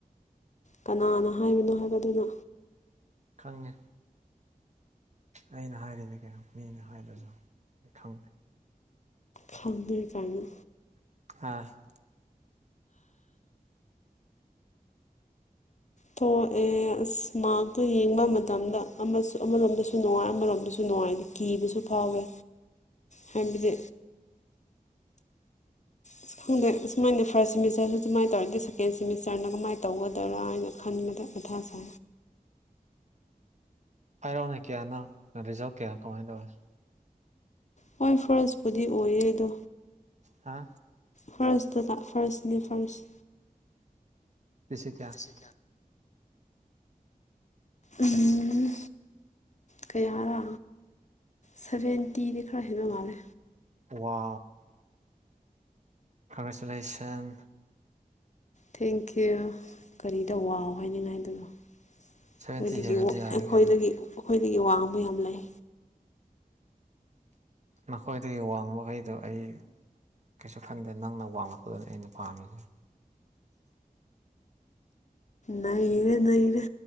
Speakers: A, on the left; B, on the right.
A: ꯀꯅꯥꯅ ꯍꯥꯏꯕꯅꯣ ꯍꯥꯏꯕꯗꯨꯅ
B: ꯈꯪꯉꯤ ꯑꯩꯅ ꯍꯥꯏꯔꯤꯅꯤ ꯀꯩꯅꯣ ꯃꯤꯅ ꯍꯥꯏꯔꯁꯨ ꯑꯩ ꯈꯪꯗꯦ
A: ꯈꯪꯉꯦ ꯀꯥꯏꯅ
B: ꯑꯁ
A: ꯊꯣꯛꯑꯦ ꯑꯁ ꯃꯔꯛꯇꯣ ꯌꯦꯡꯕ ꯃꯇꯝꯗ ꯑꯃꯁꯨ ꯑꯃꯔꯣꯝꯗꯁꯨ ꯅꯨꯡꯉꯥꯏ ꯑꯃꯔꯣꯝꯗꯁꯨ ꯅꯨꯡꯉꯥꯏꯅꯤ ꯀꯤꯕꯁꯨ ꯐꯥꯎꯋꯦ
B: <unintelligible>
A: ꯍꯥꯏꯕꯗꯤ ꯑꯁ ꯈꯪꯗꯦ ꯑꯁꯨꯃꯥꯏꯅ ꯐꯥꯔꯁ ꯁꯦꯃꯤꯁꯇꯔꯁꯨ ꯁꯨꯃꯥꯏꯅ ꯇꯧꯔꯗꯤ ꯁꯦꯀꯦꯟ ꯁꯦꯃꯤꯁꯇꯔꯅ ꯀꯃꯥꯏꯅ ꯇꯧꯒꯗꯔꯥ ꯍꯥꯏꯅ ꯈꯟꯕꯗ ꯀꯊꯥ ꯁꯥ
B: ꯍꯥꯏꯔꯛꯑꯣꯅꯦ ꯀꯌꯥꯅꯣ ꯔꯤꯖꯜ ꯀꯌꯥ ꯀꯃꯥꯏꯅ ꯇꯧꯏꯤ
A: ꯍꯣꯏ ꯐꯥꯔꯁꯄꯨꯗꯤ ꯑꯣꯏꯌꯦꯦꯗꯣ
B: ꯍꯥ
A: ꯐꯔꯁꯇ ꯐꯔꯁꯅꯦ ꯐꯔꯁ
B: ꯁꯤ ꯀꯌꯥ
A: ꯁꯤ ꯎꯝ ꯀꯌꯥꯔꯥ ꯁꯚꯦꯟꯇꯤꯗꯤ ꯈꯔ ꯍꯦꯟꯕ ꯃꯥꯜꯂꯦ
B: ꯋꯥ ꯀꯪꯒ꯭ꯔꯦꯆꯨꯂꯦꯁꯟ
A: ꯊꯦꯡꯀ꯭ꯌꯨ ꯀꯔꯤꯗ ꯋꯥꯑꯣ ꯍꯥꯏꯅꯤꯡꯉꯥꯏꯗꯨꯅꯣ ꯑꯩꯈꯣꯏꯗꯒꯤ
B: ꯁꯚꯦꯟꯇꯤ ꯍꯦꯜꯂꯗꯤ
A: ꯑꯩꯈꯣꯏꯗꯒꯤ
B: ꯌꯥꯔꯦ ꯀꯩꯅꯣ
A: ꯑꯩꯈꯣꯏꯗꯒꯤ ꯋꯥꯡꯕ ꯌꯥꯝ ꯂꯩ
B: ꯅꯈꯣꯏꯗꯒꯤ ꯋꯥꯡꯕꯈꯩꯗꯣ ꯑꯩ ꯀꯩꯁꯨ ꯈꯟꯗꯦ ꯅꯪꯅ ꯋꯥꯡꯂꯛꯄꯗꯅ ꯑꯩꯅ ꯄꯥꯝꯃꯤꯁꯦ
A: ꯅꯩꯅꯦ ꯅꯩꯔ